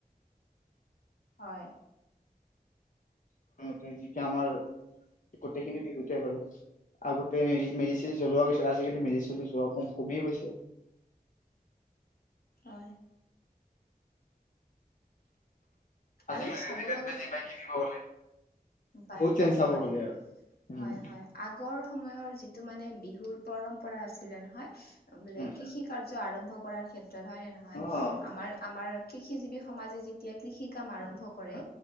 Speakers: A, on the left; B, on the left.
A: হয়।
B: তে যিকয়া আমাৰ গোটেইখিনি বিহুতে বাৰু। আগতে মেডিচিন জলোৱা গৈছিল আজিকালি মেডিচিন যোৱাম কমি গৈছে।
A: হয়।
B: আজিকালি
A: আৰু চাব
B: ৰেডিমেড
A: গ'লে
B: বেজি পাই কিনিব গ'লে
A: পায়
B: বহুত চেঞ্জ
A: পায়
B: চাব
A: হয়
B: গ'লে আৰু উম
A: হয় হয়। আগৰ সময়ৰ যিটো মানে বিহুৰ পৰম্পৰা আছিলে নহয় বোলে
B: উম,
A: কৃষি কাৰ্য আৰম্ভ কৰাৰ ক্ষেত্ৰত হয় নে নহয়
B: অ'।
A: আমাৰ আমাৰ কৃষিজীৱি সমাজে যেতিয়া কৃষি কাম আৰম্ভ কৰে